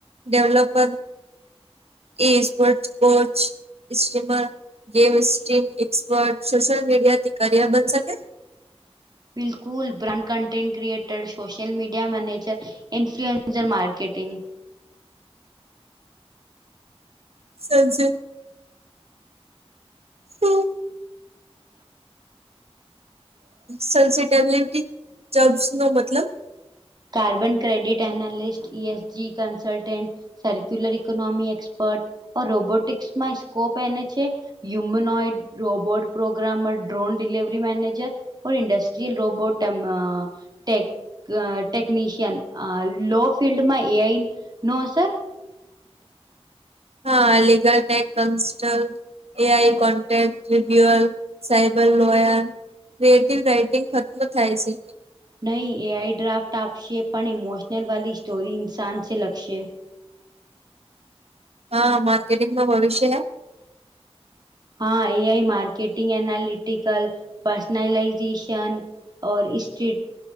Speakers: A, on the right; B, on the right.
A: ડેવલોપર એ સ્પોર્ટ કોચ ઈસિમર ગેમ ઈસ્ટિમ એક્સપર્ટ સોશિયલ મીડિયા થી કરિયર બન શકે
B: બિલકુલ brand content creator social media manager influencer marketing
A: સબજટ હમ. સેબટી જબસ નો મતલબ
B: carbon credit analyst E S G consultant circular economy expert ઓ રોબોટિક્સમાં સ્કોપ એને છે. Humanoid robot programmer drone delivery manager. ઓ ન્ડસ્ટ્રયલ રોબોટ ટેક ટેકનીિશિયન લો ફિલ્ડમાં એઈ નો અસર.
A: હા અલીગઢ કન્સ્ટલ એઆઈ કોન્ટેક ટ્રબ્યુઅલ સાબર લોયર. રાઇટિંગ ખતમ થાય છે.
B: નહીં એઆઈ ડ્રાફ્ટ આપશે પણ ઇમોશનલ વાલી સ્ટોરી ઇન્સાનસે લખશે.
A: હા માર્કેટિંગ નું ભવિષ્ય
B: હા A I marketing analytical personalisation or સસ્ટ્રીટ